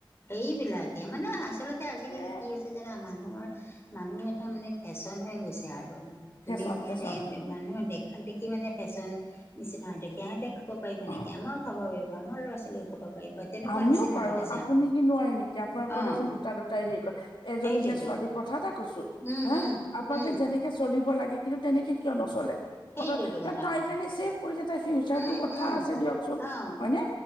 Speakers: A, on the left (about 30°); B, on the left (about 65°).
A: সেইবিলাকে মানে, আচলতে আজিকালি
B: এ
A: কি হৈছে জানা মানুহৰ মানুহ এটা মানে ফেচন হৈ গৈছে আৰু তুমি
B: ফেশ্বন
A: এতিয়া
B: ফেশ্বন
A: দে মানুহে দেখাক দেখি মানে ফেচন নিচিনা হয়, তে সিহঁতে খাব পাৰিব
B: অ
A: নেকি আমাৰোঁ খাব পাৰিব আমাৰ লৰা-ছোৱালীয়েও খাব পাৰিব। তেনেকুৱা
B: আমিওঁ
A: নিচিনা
B: পাৰোঁ
A: হৈ গৈছে
B: আপুনি কি নোৱাৰে নেকি আপোনালোকৰ
A: অঁ
B: দেখোন দুটা, দুটাই হেৰি কয় এজনীহে
A: সেইটোৱেতো
B: ছোৱালী কথা এটা কৈছো
A: উম
B: হা,
A: উম
B: আপোনালোকে
A: উম
B: যেনেকে চলিব লাগে, কিন্তু তেনেকে কিয় ন'চলে
A: সেইটোৱেতো
B: <unintelligible>
A: কথা
B: তাই কাৰণে ছেভ কৰিছে তাই ফিউচাৰটো
A: উম
B: কথা
A: উম
B: আছে দিয়কচোন
A: অঁ
B: হয়নে?